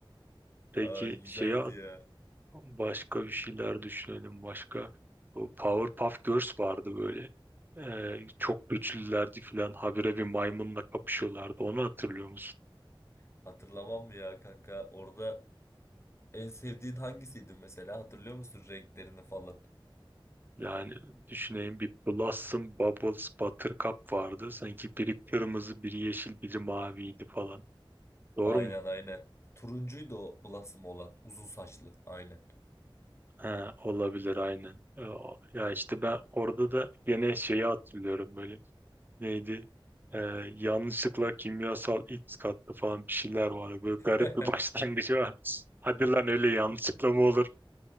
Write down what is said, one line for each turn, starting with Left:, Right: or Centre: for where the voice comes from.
Right: Peki
Left: Ay, güzeldi
Right: şeye
Left: ya.
Right: başka bir şeyler düşünelim. Başka bu Powerpuff Girls vardı böyle. Ee, çok güçlülerdi falan. Habire bir maymunla kapışıyorlardı. Onu hatırlıyor musun?
Left: Hatırlamam mı ya kanka? Orada en sevdiğin hangisiydi mesela? Hatırlıyor musun renklerini falan?
Right: Yani düşüneyim bir Blossom, Bubbles, Buttercup vardı. Sanki biri kırmızı, biri yeşil, biri maviydi falan. Doğru
Left: Aynen
Right: mu?
Left: aynen. Turuncuydu o Blossom olan. Uzun saçlı. Aynen.
Right: Ha olabilir aynen. E, o- Ya işte ben orada da gene şeyi hatırlıyorum böyle. Neydi? E, yanlışlıkla kimyasal X kattı falan bir şeyler vardı. Böyle garip
Left: <laughs>
Right: bir <laughs> başlangıcı var. Hadi lan öyle yanlışlıkla mı olur?